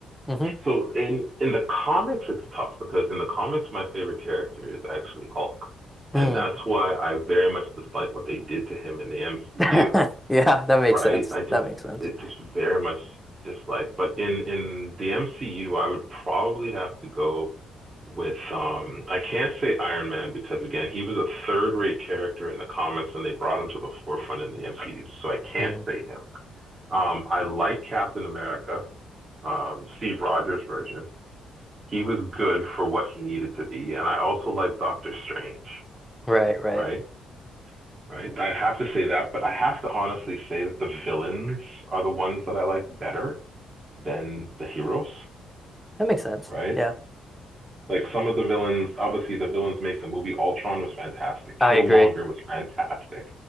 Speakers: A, in the centre; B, on the right.
A: Mm-hmm.
B: So in in the comics, it's tough because in the comics, my favorite character is actually Hulk,
A: Mm.
B: and that's why I very much dislike what they did to him in the MCU.
A: <laughs> Yeah, that makes
B: right?
A: sense.
B: I just
A: That makes sense.
B: it just very much dislike. But in in the MCU, I would probably have to go with um I can't say Iron Man because again, he was a third-rate character in the comics and they brought him to the forefront in the MCU, so I can't
A: Mm.
B: say him. Um I like Captain America, um Steve Rogers version. He was good for what he needed to be, and I also like Doctor Strange,
A: Right, right.
B: right? right? I'd have to say that, but I have to honestly say that the villains are the ones that I like better than the heroes,
A: That makes sense.
B: right?
A: Yeah.
B: Like some of the villains, obviously the villains make the movie. Ultron was fantastic.
A: I
B: Killmonger
A: agree.
B: was fantastic,